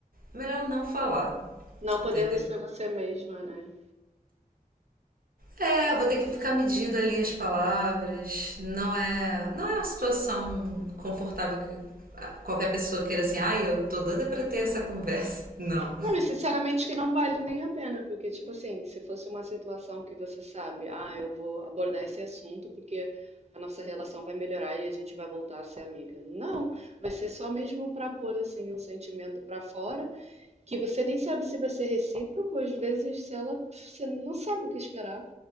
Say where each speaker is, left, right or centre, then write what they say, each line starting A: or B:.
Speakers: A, on the right; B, on the right.
A: Melhor não falar,
B: Não
A: entendeu?
B: podendo ser você mesma, né?
A: É, eu vou ter que ficar medindo ali as palavras. Não é, não é uma situação confortável que qualquer pessoa queira assim, ai, eu tô doida pra ter essa conversa. Não.
B: Não, e sinceramente que não vale nem a pena, porque, tipo assim, se fosse uma situação que você sabe, ah, eu vou abordar esse assunto porque a nossa relação vai melhorar e a gente vai voltar a ser amiga. Não, vai ser só mesmo para pôr, assim, um sentimento para fora, que você nem sabe se vai ser recíproco, às vezes, se ela, você não sabe o que esperar.